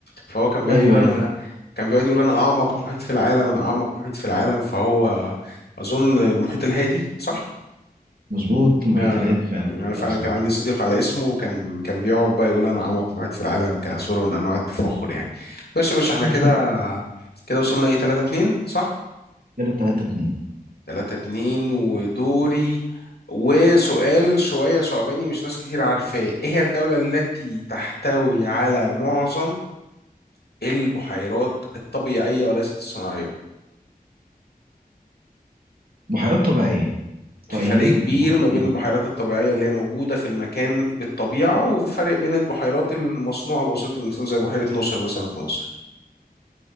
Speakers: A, on the left; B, on the right.
A: فهو كان بيقعد
B: ايوه
A: يقول انا
B: ايوه
A: كان بيقعد يقول انا اعمق محيط في العالم انا اعمق محيط في العالم فهو اظن المحيط الهادي صح
B: مظبوط المحيط
A: آه،
B: الهادي فعلا
A: يعني انا فعلا
B: يا صحيح
A: كان عندي صديق على اسمه وكان كان بيقعد بقى يقول انا اعمق محيط في العالم كصوره من انواع التفاخر يعني ماشي يا باشا احنا
B: <laughs>
A: كده كده وصلنا ايه 3 2 صح
B: كده 3 2
A: 3 2 ودوري وسؤال شويه صعباني مش ناس كتير عارفاه ايه هي الدوله التي تحتوي على معظم البحيرات الطبيعيه وليست الصناعيه
B: بحيرات طبيعيه طيب
A: في فرق كبير
B: هقول
A: ما بين
B: لك
A: البحيرات الطبيعية اللي هي موجودة في المكان بالطبيعة وفرق بين البحيرات المصنوعة بواسطة الإنسان زي بحيرة ناصر مثلا في مصر